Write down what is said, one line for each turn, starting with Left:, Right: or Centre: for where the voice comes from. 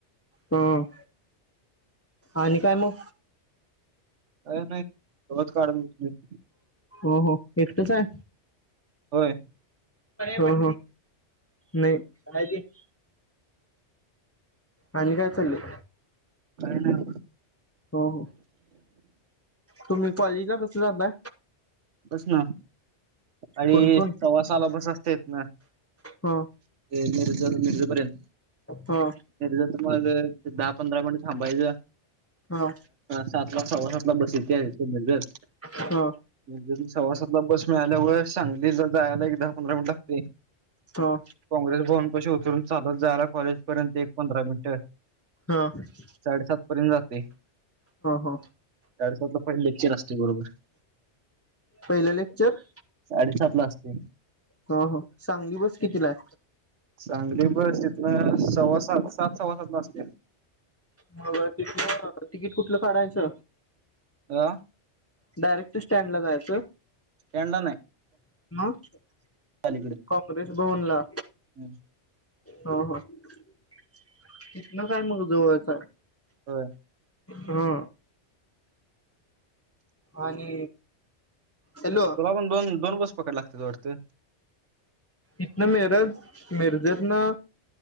Left: हम आणि काय मग
Right: काय नाही गवत काढत बसलोय.
Left: हो हो एकटेचाय?
Right: होय
Left: हो हो नाही आणि काय चाललंय?
Right: काय नाही
Left: हो हो तुम्ही कॉलेजला कस जाता?
Right: बस ना आणि
Left: कोण कोण
Right: सव्वासाला बस असतेे इथ ना
Left: हा
Right: मिरज मिरज पर्यंत
Left: हा
Right: मिरजाच मग दहा पंधरा मिनट थांबायचं.
Left: हा
Right: सातला सव्वा सातला बस येतीय इथं मिरजत.
Left: हा.
Right: मिरजेतनं सव्वा सातला बस मिळाल्यां वर सांगलीला जायला एक दहा पंधरा मिनिट लागतेत.
Left: हा
Right: काँग्रेसभवनपशी उतरून चालत जायला कॉलेजपर्यंत एक पंधरा मिनिट.
Left: हा
Right: साडेसातपर्यंत जाते
Left: हा
Right: साडेसातला पहिलं लेक्चर असते बरोबर
Left: पहिलं लेक्चर
Right: साडेसातला असते.
Left: हो हो सांगली बस कितीलाय?
Right: सांगली बस इथंन सव्वा सात सात सव्वा सातला असतीय.
Left: मग तिथन तिकीट कुठलं काढायचं?
Right: अ
Left: डायरेक्ट स्टँडला जायचं.
Right: <unintelligible> नाही
Left: <unintelligible>
Right: अलीकड
Left: प्रेश भवन ला.
Right: हम्
Left: हा हा तिथंन काय मग जवळचाय.
Right: हो
Left: हा आणि हॅलो
Right: तुला पण दोन दोन बस पकडायला लागतेत वाटतं.
Left: इथन मिरज मिरजत ना